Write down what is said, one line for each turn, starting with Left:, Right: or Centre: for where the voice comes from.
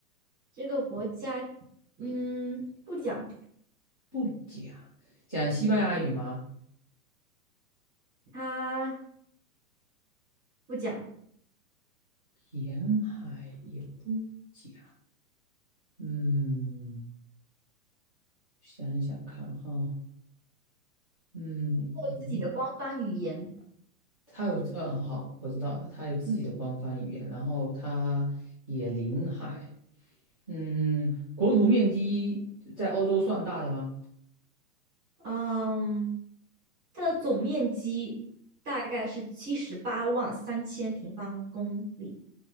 Right: 这个国家，嗯，不讲，
Left: 不讲，讲西班牙语吗？
Right: 它不讲，
Left: 沿海也不讲，嗯，想一想看哈，嗯，
Right: 它有自己的官方语言。
Left: 嗯它有，呃，好，我知道了，它有自己的官方语言，然后它也临海，嗯，国土面积在欧洲算大的吗？
Right: 嗯，它的总面积大概是七十八万三千平方公里，